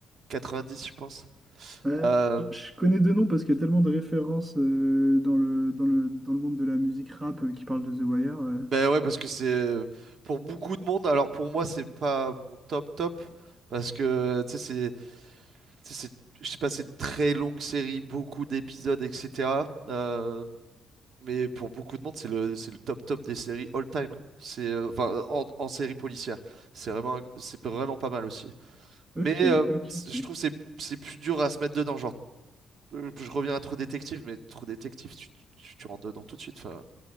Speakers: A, on the right; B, on the right.
A: 90, je pense.
B: Ouais,
A: Euh,
B: je je connais deux noms parce qu'il y a tellement de références euh, dans le, dans le, dans le monde de la musique rap euh, qui parlent de The Wire. euh.
A: ben ouais, parce que c'est pour beaucoup de monde. Alors pour moi, c'est pas mon top top parce que tu sais, c'est Tu sais, c'est- je sais pas, c'est une très longue série, beaucoup d'épisodes, etc. Euh, mais pour beaucoup de monde, c'est le, c'est le top top des séries all time. hein. C'est, euh, enfin, en, en série policière. C'est vraiment, un- c'est vraiment pas mal aussi. Mais
B: Ok,
A: euh,
B: ok,
A: c-
B: ok.
A: je trouve que c'est c'est plus dur à se mettre dedans. Genre, euh, je reviens à Trop Détective, mais Trop Détective, tu, tu, tu rentres dedans tout de suite. Enfin,